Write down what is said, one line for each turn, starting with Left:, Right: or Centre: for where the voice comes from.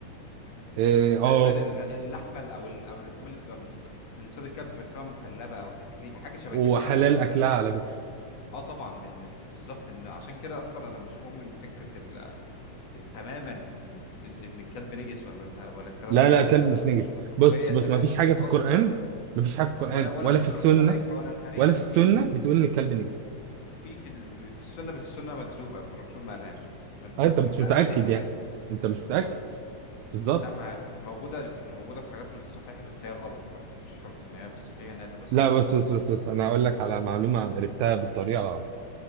Right: اه آه.
Left: تقريبا ال- اللحمه ال- او ال- او اللحوم اللي بتبقى من من صيد الكلب بتبقى اسمها مكلبه او تكليب حاجه شبه
Right: وحلال
Left: كده ليها علاقه بالكلب
Right: اكلها على فكره
Left: اه طبعا لان بالظبط لان عشان كده اصلا انا مش مؤمن بفكره ال... تماما ان ان الكلب نجس ولا الها- ولا الكلام
Right: لا
Left: ده
Right: لا كلب مش نجس
Left: مش منطقيه
Right: بص بص
Left: تمام
Right: ما فيش حاجه
Left: غلط
Right: في القران ما فيش حاجه في القران
Left: ولا ولا
Right: ولا
Left: بتدرج
Right: في السنه
Left: الملائكه ولا الهري
Right: ولا
Left: ده
Right: في السنه
Left: في
Right: بتقول ان الكلب نجس
Left: في في ال- في السنه بس السنه مكذوبه الرسول ما قالهاش مت-
Right: آه
Left: مت-
Right: انت
Left: متقال
Right: مش متاكد
Left: عليه من الاخر
Right: يعني انت مش متاكد
Left: مت...
Right: بالظبط
Left: لا ما موجوده موجوده في حاجات من الصحيح بس هي غلط برضه مش شرط ان هي في الصحيح انها تبقى صح
Right: لا بص بص بص بص انا هقول لك على معلومه عرفتها بالطريقه